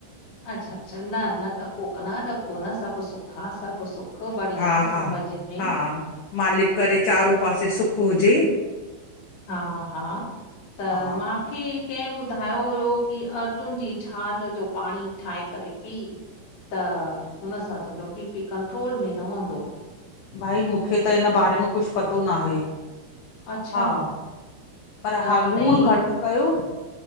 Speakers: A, on the left (about 50°); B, on the left (about 75°).
A: अच्छा- अच्छा न- न ॾको कन ॾको न सब सुख आ सब सुख। ख़ूब बढ़िया
B: हा हा
A: समझ में।
B: हा मालिक करे चारो पासे सुख हुजे।
A: हा हा त
B: हा
A: मां मूंखे कंहिं ॿुधायो हुयो की अर्जुन जी छाल जो पाणी ठाहे करे पीउ। त हुन सां तुंजो बी पी कंट्रोल में रहंदो।
B: भाई मुखे त इन बारे में कुछ पतो नाहे।
A: अच्छा
B: हा, पर
A: त
B: हा
A: हुनजी
B: लूण घट कयो।